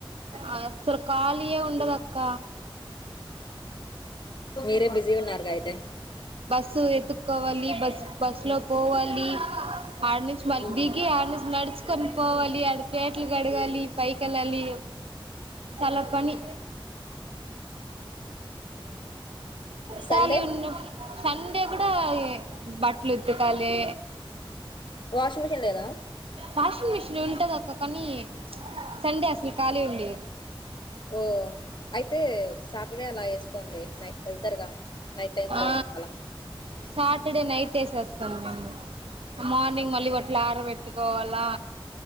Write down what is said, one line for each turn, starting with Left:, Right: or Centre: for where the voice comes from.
Right: ఆ అస్సలు ఖాళీయే ఉండదక్క
Left: మీరే బిజీ ఉన్నారుగా అయితే
Right: స్ ఎతుక్కోవాలి బస్ బస్సు లో పోవాలి ఆడ నుంచి మళ్ళీ
Left: ఉమ్
Right: దిగి ఆడ నుంచి నడిచి కొన్ పోవాలి ఆడ ప్లేట్లు కడగాలి పైకెళ్లాలి చాల పని
Left: సండే
Right: ఖాళీ ఉన్నప్ సండే కూడా బట్ట్ బట్టలు ఉతకాలే
Left: వాషింగ్ మిషిన్ లేదా
Right: వాషింగ్ మిషిన్ ఉంటది అక్క కానీ సండే అసలు ఖాళీ ఉండే
Left: ఓ అయితే సాటర్డే అలా వేసుకోండి నై వెళ్తారుగా నైట్ టైమ్
Right: ఆ
Left: లో అలా
Right: సాటర్డే నైట్ వేసేస్తాం మేము
Left: ఉమ్.
Right: మార్నింగ్ మళ్ళీ వటి ప్లర్ పెట్టుకోవాలా